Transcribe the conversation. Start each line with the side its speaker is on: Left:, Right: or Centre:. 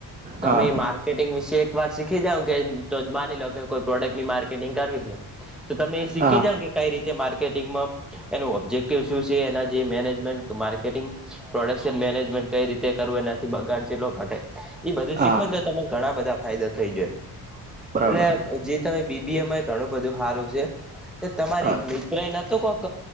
Centre: તમે
Right: હા
Centre: માર માર્કેટિંગ વિશે એકવાર શીખી જાઉં કે તો જ માની લો કે કોઈ પ્રોડક્ટની માર્કેટિંગ કરવી છે. તો તમે શીખી
Right: હા
Centre: જાઓ કે કઈ રીતે માર્કેટિંગમાં એનું ઓબ્જેક્ટિવ શું છે એના જે મેનેજમેન્ટ માર્કટિંગ પ્રોડક્શન મેનેજમેન્ટ કઈ રીતે કરવું એનાથી બગાડ ચટલો ઘટે એ બધું
Right: હા
Centre: શીખો તો તમને ઘણા બધા ફાયદા થઈ જાય
Right: બરાબર
Centre: એટલે જે તમે. બીમાં એ ઘણું બધું સારું છે એ તમારે
Right: હા
Centre: એક મિત મિત્ર એ નોતો કોક